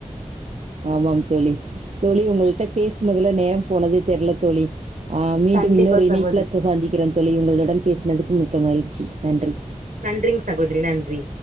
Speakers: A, on the right; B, on the right.
A: ஆமாம் தோழி தோழி உங்களிட்ட பேசனதுல நேரம் போனதே தெர்ல தோழி ஆம் மீண்டும்
B: கண்டிப்பா
A: இன்னொரு இணைப்பில்
B: சகோதரி
A: த சாந்தக்கிற தோழி உங்களுடன் பேசுனதுக்கு மிக் மிக்க மகிழ்ச்சி நன்றி
B: நன்றிங்க சகோதரி நன்றி